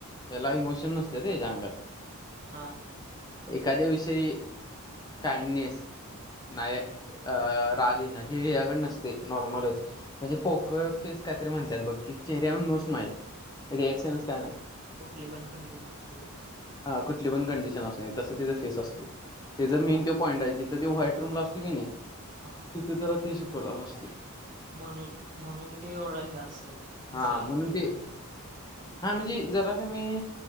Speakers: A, on the left (about 15°); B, on the right (about 35°).
A: याला इमोशन नसत्याते हेच्या अंगात.
B: हा.
A: एखाद्या विषयी काइंडनेस. नाही अ राग येन हे याकड नसते नॉर्मलच. म्हणजे पोकर फेस काहीतरी म्हणतात बघ की चेहऱ्यावरून नो स्माइल रिएक्शनच
B: कु
A: काही नाही.
B: कुठली पण कंडिशन असू दे.
A: हा कुठली पण कंडिशन असुदे तसं तिच फेस असतोय. त्याचां मेन तो पॉईंट आहे तिथ ते व्हाईट रूमला असतोय की नई.
B: हा.
A: तिथ त्याला ती शिकवला असती.
B: म्हणून म्हणून ते एवढा हे असेल हुशारतेन
A: हा म्हणून ते
B: आणि
A: हा म्हणजे जरा कमी